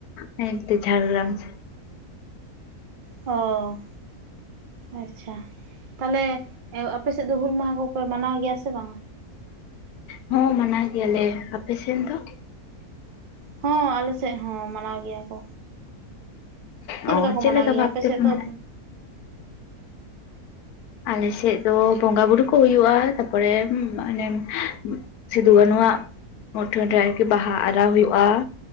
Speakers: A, on the left (about 80°); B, on the right (about 50°).
A: ᱦᱟᱱᱛᱮ ᱡᱷᱟᱲᱜᱨᱟᱢ ᱥᱮᱫ
B: ᱚᱻ ᱟᱪᱪᱷᱟ ᱛᱟᱦᱚᱞᱮ ᱟᱯᱮᱥᱮᱫ ᱫᱚ ᱦᱩᱞ ᱢᱟᱦᱟ ᱠᱚ ᱯᱮ ᱢᱟᱱᱟᱣ ᱜᱮᱭᱟ ᱥᱮ ᱵᱟᱝ
A: ᱦᱚᱸ ᱢᱟᱱᱟᱣ ᱜᱮᱭᱟ ᱞᱮ ᱟᱯᱮ ᱥᱮᱱ ᱫᱚ
B: ᱦᱚᱸ ᱟᱞᱮ ᱥᱮᱫ ᱦᱚᱸ ᱢᱟᱱᱟᱣ ᱜᱮᱭᱟ ᱠᱚ ᱪᱮᱫ
A: ᱚ
B: ᱞᱮᱠᱟ ᱠᱚ ᱢᱟᱱᱟᱣ ᱜᱮᱭᱟ
A: ᱵᱷᱟᱵ
B: ᱟᱯᱮᱥᱮᱫ
A: ᱛᱮᱯᱮ ᱢᱟᱱᱟᱣᱟ?
B: ᱫᱚ
A: ᱟᱞᱮᱥᱮᱫ ᱫᱚ ᱵᱚᱸᱜᱟ ᱵᱩᱨᱩ ᱠᱚ ᱦᱩᱭᱩᱜᱼᱟ ᱛᱟᱯᱚᱨᱮ ᱢᱟᱱᱮ ᱥᱤᱫᱩ ᱠᱟᱹᱱᱩ ᱟᱜ ᱢᱩᱴᱷᱟᱹᱱ ᱨᱮ ᱟᱨᱠᱤ ᱵᱟᱦᱟ ᱟᱨᱟᱣ ᱦᱩᱭᱩᱜᱼᱟ